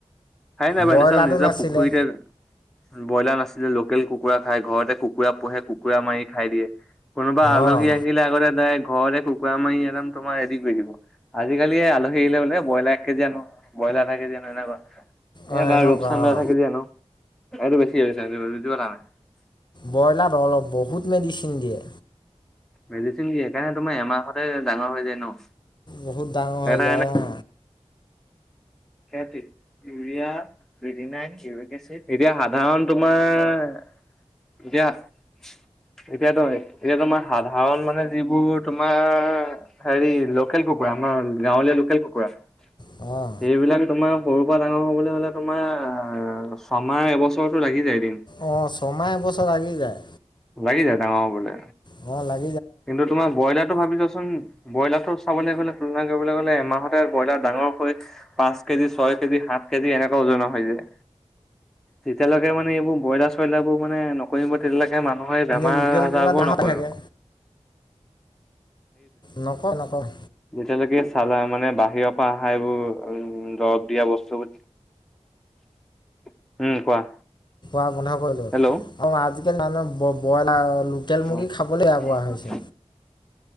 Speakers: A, in the centre; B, on the left (about 40°).
A: হয়াই নাই বাই
B: ব্ৰইলাৰটো
A: নি চাম নিজা
B: নাছিলে
A: পুখুৰীতে ব্ৰইলাৰ নাছিলে লোকেল কুকুৰা খাই ঘৰতে কুকুৰা পোহে কুকুৰা মাৰি খাই দিয়ে। কোনোবা আলহী
B: অঁ
A: আহিলে আগতে তাই ঘৰতে কুকুৰা মাৰি একদম তোমাৰ ৰেড কৰি দিব আজিকালি আলহী আহিলে বোলে ব্ৰইলাৰ এক কেজি আনো থাকে যে নহ নাই বা।
B: অঁ
A: এইবাৰ
B: সেনেকুৱা
A: ৰূপচানন্দা
B: অঁ
A: থাকিলি জানো এইটো ব <unintelligible>
B: ব্ৰইলাৰ অলপ বহুত মেডিচিন দিয়ে।
A: মেডিচিন দিয় সেইকাৰণে তোমাৰ এমাহতে ডাঙৰ হৈ যায় ন
B: বহুত ডাঙৰ হৈ
A: এটা
B: যায় অ।
A: ইউৰিয়া কিটিনাইন ইউৰিক এচিড এতিয়া সাধাৰণ তোমাৰ। এতিয়া এতিয়াাতো এতিয়া তোমাৰ সাধাৰণ মানে যিবোৰ। তোমাৰ হেৰি লোকেল কুকুৰা আমাৰ গাঁৱলীয়া লোকেল কুকুৰা
B: অঁ।
A: সেইবিলাক তোমাৰ সৰুৰ পৰা ডাঙৰ হবলৈ হলে তোমাৰ ছমাহ এবছৰৰতো লাগি যায় দিন।
B: অ ছমাহ এবছৰ লগি যায়।
A: লাগি যায় ডাঙও বোলে
B: অ লাগ।
A: কিন্তু তোমাৰ ব্ৰইলাৰ ভোন ব্ৰইলাৰ চ তলে এমাহ ব্ৰইলাৰাঙৰ। কেজি ছয় কেজি সাত কেজি এনেকুৱা উজনা হৈ যায় যেতিয়ালৈকে মানে এইবোৰ ব্ৰইলাৰ চইলাৰ বোৰ মানে নকৰিব তেতিয়ালৈকে। এনেকে মানুহে
B: এনে
A: বেমাৰ
B: লোকেল
A: আজাৰ
B: কুকুৰা
A: বোৰ
B: ডাঙৰ
A: নকৰে
B: হৈ থাকে
A: আৰু
B: নকয় নকয়
A: যেতিয়ালৈকে চালা মানে বাহিৰৰ পৰা অহা এইবোৰ উম দৰব। বস্তু উম, কোৱা।
B: <inaudible>
A: হেল্ল' <unintelligible>
B: মুৰ্গী
A: অ',
B: খাবলৈ
A: অ',
B: বেয়া পোৱা হৈছে